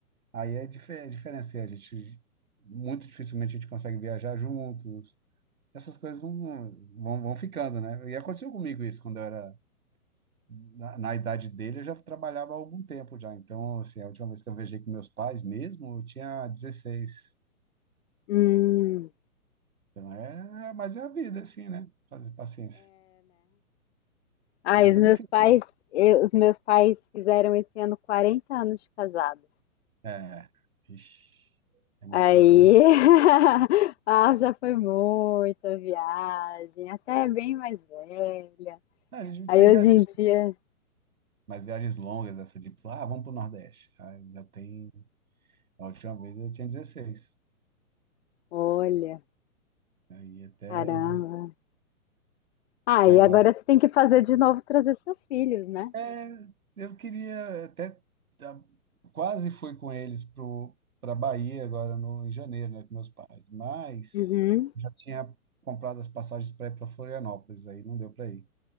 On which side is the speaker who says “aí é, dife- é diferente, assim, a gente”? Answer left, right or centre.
Right